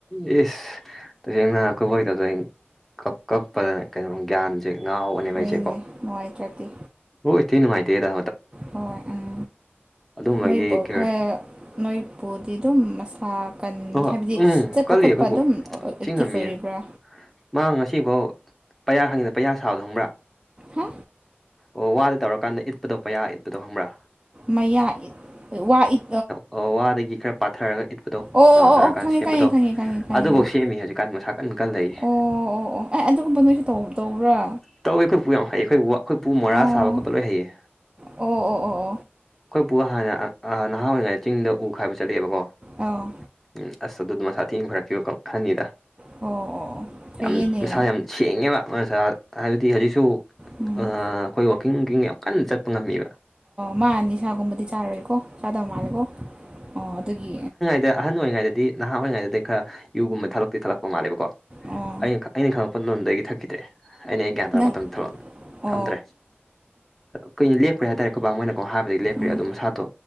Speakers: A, in the centre; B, on the right.
A: ꯌꯦꯁ ꯇꯁꯦꯡꯅ ꯀꯕ ꯇꯗ ꯀ ꯀꯞꯄꯗꯅ ꯀꯩꯅꯣ ꯒ꯭ꯌꯥꯟ ꯦ ꯉꯥ ꯍꯧꯕꯅꯦꯕ
B: ꯍꯣꯏꯅꯦ
A: ꯑꯩꯁꯦ ꯀꯣ
B: ꯅꯨꯡꯉꯥꯏꯇ꯭ꯔꯗꯤ
A: ꯑꯣ ꯏꯠꯇꯇꯩ ꯅꯨꯡꯉꯥꯏꯇꯦ ꯇ
B: ꯍꯣꯏ ꯎꯝ
A: ꯑꯗꯨꯝꯕꯒꯤ
B: ꯅꯣꯏꯕꯨ
A: ꯀꯩ
B: ꯍꯣꯏ ꯅꯣꯏꯕꯨꯗꯤ ꯑꯗꯨꯝ ꯃꯁꯥ ꯀꯟ
A: ꯍꯣꯏ
B: ꯍꯥꯏꯕꯗꯤ
A: ꯎꯝ
B: ꯆꯠꯄ
A: ꯀꯜꯂꯤ
B: ꯈꯣꯠꯄ
A: ꯑꯩꯈꯣꯏꯕꯨ
B: ꯑꯗꯨꯝ
A: ꯊꯤ
B: ꯑꯦꯛꯇꯤꯞ
A: ꯉꯝꯃꯤꯌꯦ
B: ꯑꯣꯏꯔꯤꯕ꯭ꯔꯥ
A: ꯃꯥ ꯉꯁꯤꯐꯥꯎ ꯄꯩꯌꯥ ꯈꯪꯗꯤꯗ ꯄꯩꯌꯥꯥ ꯁꯥꯕꯗ ꯈꯪꯕ꯭ꯔꯥ
B: ꯍꯥ
A: ꯑꯣ ꯋꯥꯗ ꯇꯧꯔꯀꯥꯟꯗ ꯏꯠꯄꯗꯣ ꯄꯌꯥ ꯏꯠꯄꯗꯣ ꯈꯪꯕ꯭ꯔꯥ
B: ꯃꯌꯥ ꯋꯥ ꯏꯠ
A: ꯑꯣ ꯋꯥꯗꯒꯤ ꯈꯔ ꯄꯥꯊꯔꯒ ꯏꯠꯄꯗꯣ
B: ꯑꯣ
A: ꯀꯩꯅꯣ
B: ꯑꯣ
A: ꯇꯧꯔꯀꯥꯟꯗ
B: ꯑꯣ ꯈꯪꯉꯦ
A: ꯁꯦꯝꯕꯗꯣ
B: ꯈꯪꯉꯦ ꯈꯪꯉꯦ ꯈꯪꯉꯦ ꯈꯪꯉꯦ
A: ꯑꯗꯨꯐꯧ
B: ꯈꯪꯉꯦ
A: ꯁꯦꯝꯃꯤ ꯍꯧꯖꯤꯛꯀꯥꯟ ꯃꯁꯥ ꯀꯟ ꯀꯟ ꯂꯩꯔꯤꯁꯦ
B: ꯑꯣ ꯑꯣ ꯑꯣ ꯑꯦ ꯑꯗꯨꯒꯨꯝꯕ ꯅꯣꯏꯁꯨ ꯇꯧ ꯇꯧꯕ꯭ꯔꯥ
A: ꯇꯧꯋꯦ ꯑꯩꯈꯣꯏ ꯄꯨ ꯌꯥꯝ ꯍꯩꯌꯦ ꯑꯩꯈꯣꯏ ꯑꯩꯈꯣꯏ ꯄꯨ ꯃꯣꯔꯥ
B: ꯑꯣ
A: ꯁꯥꯕ ꯈꯣꯠꯄ ꯂꯣꯏ ꯍꯩꯌꯦ
B: ꯑꯣ ꯑꯣ ꯑꯣ ꯑꯣ ꯑꯥ
A: ꯑꯩꯈꯣꯏ ꯄꯨ ꯍꯥꯟꯅ ꯅꯍꯥ ꯑꯣꯏꯔꯤꯉꯩꯗ ꯆꯤꯡꯗ ꯎꯥꯏꯕ ꯆꯠꯂꯛꯑꯦꯕꯀꯣ
B: ꯑꯣ ꯑꯣ
A: ꯎꯝ ꯑꯁ ꯑꯗꯨꯗꯣ ꯃꯁꯥ ꯊꯦꯡꯈꯔꯛꯈꯤꯕ ꯀ ꯈꯅꯤꯗ
B: ꯑꯣ ꯐꯩꯌꯦꯅꯦ
A: ꯌꯥꯝ ꯃꯁꯥ ꯌꯥꯝ ꯁꯦꯡꯉꯦꯕ ꯍꯥꯏꯕꯗꯤ ꯍꯧꯖꯤꯛꯁꯨ
B: ꯎꯝ
A: ꯑꯩꯈꯣꯏ ꯋꯥꯛꯀꯤꯡ ꯀꯤꯀ ꯌꯥꯝ ꯀꯟꯅ ꯆꯠꯄ ꯉꯝꯃꯤꯕ
B: ꯃꯥ ꯑꯅꯤꯁꯥꯒꯨꯝꯕꯗꯤ ꯆꯥꯔꯣꯏꯀꯣ ꯆꯥꯗꯕ ꯃꯥꯜꯂꯦꯀꯣ ꯑꯣ ꯑꯗꯨꯒꯤ
A: ꯑꯗ ꯑꯍꯟ ꯑꯣꯏꯔꯤꯉꯩꯗꯗꯤ ꯅꯍꯥ ꯑꯣꯏꯔꯤꯉꯩꯗꯗꯤ ꯈꯔ ꯌꯨꯒꯨꯝꯕ ꯊꯥꯂꯛꯇꯦ ꯊꯠꯂꯛꯄ ꯃꯥꯜꯂꯦꯕꯀꯣ ꯑ
B: ꯑꯣ
A: ꯑꯩꯅ ꯈꯉꯛꯄ ꯑꯄꯟ ꯂꯣꯝꯗꯒꯤ ꯊꯛꯈꯤꯗ꯭ꯔꯦ ꯑꯩꯅ ꯑꯩ ꯒ꯭ꯌꯥꯟ ꯇꯥꯔꯛꯄ
B: ꯅꯪ
A: ꯃꯇꯝꯗ ꯊꯣꯛꯂꯛꯑ
B: ꯑꯣ
A: ꯊꯛꯑꯝꯗ꯭ꯔꯦ ꯀꯣꯏꯅꯤ ꯂꯦꯄ꯭ꯔꯦ ꯍꯥꯏꯔꯦꯣꯏꯕꯥꯡ ꯃꯅꯀꯣ ꯍꯥꯏꯕꯗꯤ ꯂꯦꯞꯈꯦ
B: ꯎꯝ
A: ꯑꯗꯨ ꯃꯁꯥꯗꯣ